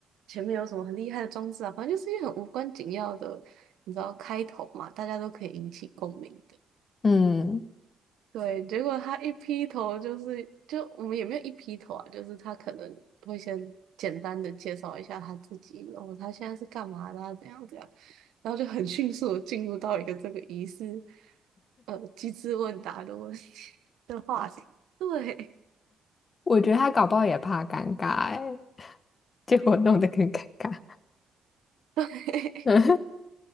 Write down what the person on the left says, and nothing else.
嗯，
我觉得他搞不好也怕尴尬哎，结果弄得更尴尬。
<laughs> 嗯，